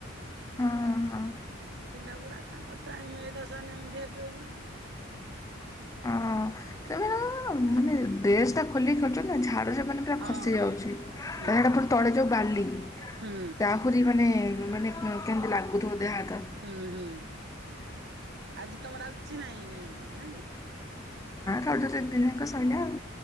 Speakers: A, on the left; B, on the right.
A: ହଁ ହଁ
B: ଆଉ ପିଲା ଗୁଡା ତାଙ୍କ ଟାଇମ୍ ଏଇଟା ଏଇନା ସେମାନେ ଏମିତି ହେବେ ବି।
A: ହଁ ସେମାନେ ମାନେ ଡ୍ରେସ୍ ଟା ଖୋଲିକି କରୁଛନ୍ତି ନା ଝାଡୁରେ। ମାନେ ପୁରା
B: ହଁ
A: ଖସି ଯାଉଛି ତା
B: ହୁଁ
A: ଛଡ଼ା ଆପଣ ତଳେ ଯୋଉ ବାଲି।
B: ହୁଁ
A: ତାହୁରି ମାନେ ମାନେ କେମିତି ଲାଗୁଥିବ ଦେହ ହାତ।
B: ହୁଁ ହୁଁ ଆଜି ତମର ଆଉ କିଛି ନାହିଁ ନାଁ କି?
A: ହଁ <unintelligible> ସଇଲା ଆଉ।